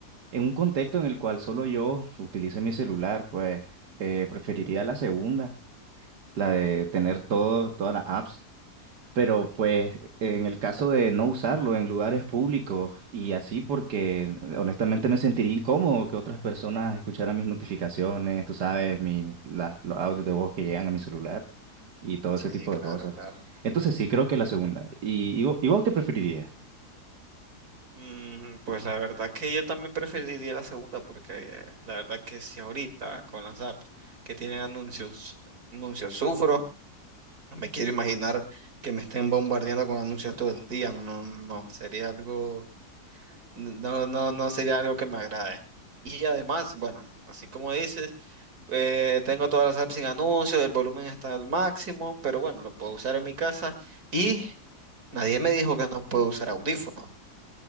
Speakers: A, on the right (about 85°); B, on the right (about 70°).
A: En un contexto en el cual solo yo utilice mi celular, pues eh, preferiría la segunda, la de tener todo, todas las apps. Pero pues en el caso de no usarlo en lugares públicos y así porque honestamente me sentiría incómodo que otras personas escucharan mis notificaciones, tú sabes, mi, las- los audios de voz que llegan a mi celular y todo
B: Sí,
A: ese tipo
B: claro,
A: de cosas.
B: claro.
A: Entonces sí creo que la segunda. ¿Y, y, vo- y vos qué preferirías?
B: Mm, pues la verdad que yo también preferiría la segunda, porque eh, la verdad que si ahorita con las apps que tienen anuncios, anuncios sufro, no me quiero imaginar que me estén bombardeando con anuncios todo el día. No, no, no, sería algo No, no, no sería algo que me agrade. Y además, bueno, así como dices, eh, tengo todas las apps sin anuncios, el volumen está al máximo, pero bueno, lo puedo usar en mi casa y nadie me dijo que no puedo usar audífonos.